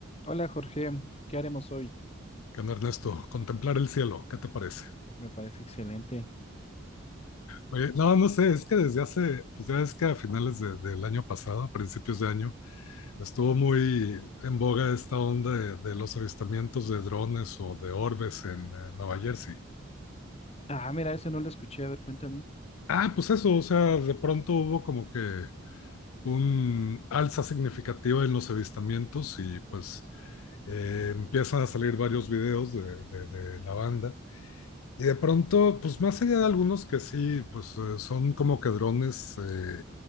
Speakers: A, on the left; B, on the left.
A: Hola Jorge, ¿qué haremos hoy?
B: ¿Qué onda, Ernesto? Contemplar el cielo, ¿qué te parece?
A: Me parece excelente.
B: Oye, no, no sé, es que desde hace, pues ya es que a finales de- del año pasado, a principios de año, estuvo muy en boga esta onda de, de los avistamientos de drones o de orbes en eh, Nueva Jersey.
A: Ah, mira, ese no lo escuché, a ver, cuéntame.
B: Ah, pues eso, o sea, de pronto hubo como que un alza significativa en los avistamientos y pues eh, empiezan a salir varios videos de, de- de la banda Y de pronto, pues más allá de algunos que sí, pues eh, son como que drones eh,